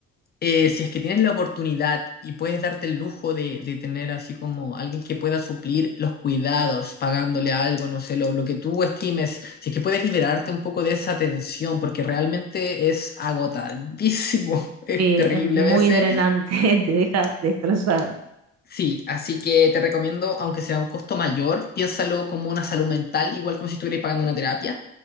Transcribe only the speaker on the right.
Sí,
es muy
drenante, <laughs> te deja destrozada.